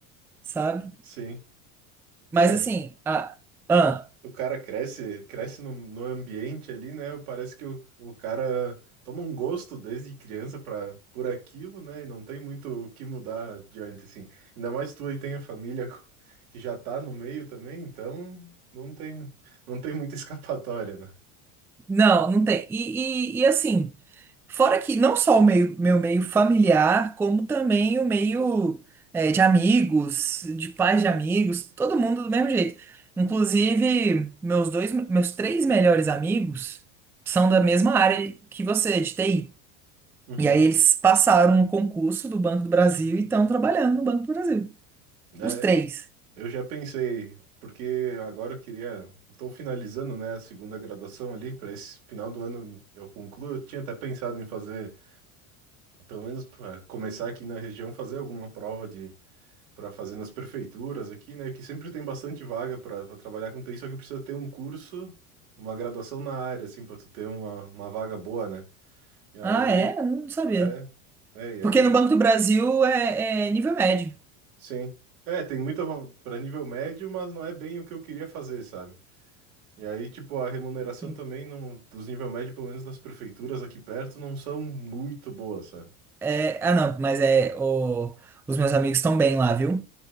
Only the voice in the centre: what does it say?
sabe?
Mas
assim, a, ah,
não, não tem. E, e, e assim. Fora que não só o meio- meu meio familiar, como também o meio eh, de amigos, de pais de amigos, todo mundo do mesmo jeito. Inclusive, meus dois, meus três melhores amigos são da mesma área que você, de TI.
E aí eles passaram o concurso do Banco do Brasil e estão trabalhando no Banco do Brasil.
Os três.
Ah, é? Eu Não sabia.
Porque
no Banco do Brasil é, é nível médio.
Sim.
É, ah, não, mas é o, os meus amigos estão bem lá, viu?